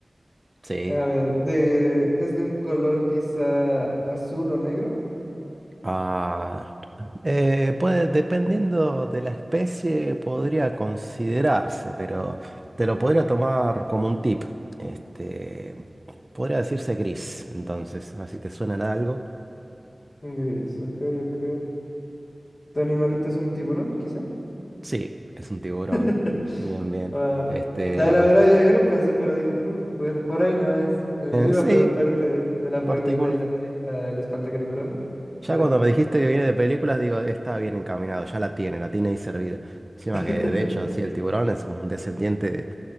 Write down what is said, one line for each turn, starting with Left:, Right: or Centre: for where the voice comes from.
Right: Sí.
Left: a ver, de, es de un color quizá azul o negro.
Right: Ah, eh, puede, dependiendo de la especie, podría considerarse, pero te lo podría tomar como un tip. Este, podría decirse gris, entonces, a ver si te suena de algo.
Left: Gris, ok, ok. ¿Tu animalito es un tiburón, quizá?
Right: Sí, es un tiburón.
Left: <laughs>
Right: Bien, bien.
Left: Ah,
Right: Este,
Left: la,
Right: la
Left: la
Right: cuestión.
Left: verdad, yo, yo lo pensé, pero dije, "Uy, por, por ahí no es. Eh, iba
Right: sí,
Left: a preguntarte de la, pregu-
Right: partícula.
Left: de la película El espantatiburones,
Right: Ya
Left: por
Right: cuando
Left: ahí.
Right: me dijiste que viene de películas, digo, está bien encaminado, ya la tiene, la tiene ahí servida. Encima
Left: <laughs>
Right: que, de hecho, sí, el tiburón es como un descendiente de,